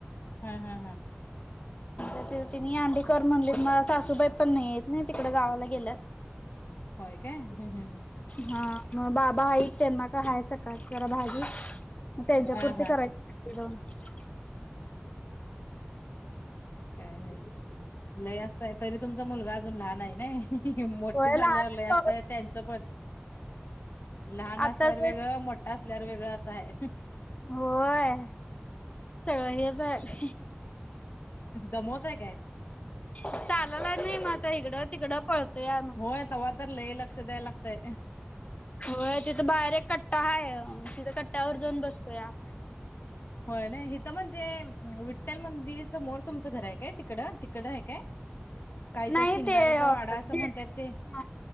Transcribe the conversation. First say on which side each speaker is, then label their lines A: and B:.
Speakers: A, on the left; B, on the left.
A: हा हा हा.
B: त्यांनी अंडी कर म्हणलेत माझ्या सासूबाई पण नाहीयेत ना, तिकडे गावाला गेल्यात.
A: होय काय. ह ह.
B: हा, मग बाबा, आई तेना का हयच जरा भाजी म त्यांच्यापुरती
A: हा हा
B: करायची <unintelligible>
A: काय नाही, लय असताय. तरी तुमचा मुलगा अजून लहान आहे ना. मोठे
B: होय
A: झाल्यावर
B: लहान
A: लय असतय त्यांचं पण, लहान
B: आताच
A: असल्यावर वेगळं, मोठ असल्यावर वेगळं असं आहे.
B: होय. सगळं हेच आहे.
A: दमवतो काय?
B: चालयाला लागलाय, मग आता हीकडं, तिकडं. पळतया
A: होय. तवा तर लय लक्ष द्याय लागतय.
B: होय. तिथं बाहेर एक कट्टा हाय तिथं कट्ट्यावर जाऊन बसतोया.
A: होय न हित म्हणजे विठ्ठल मंदिरा समोर तुमचं घर आहे काय तिकडं, तिकडं आहे काय? <inaudible>
B: नाही
A: शिंगारेचा
B: ते
A: वाडा
B: <inaudible>
A: असं म्हणतात ते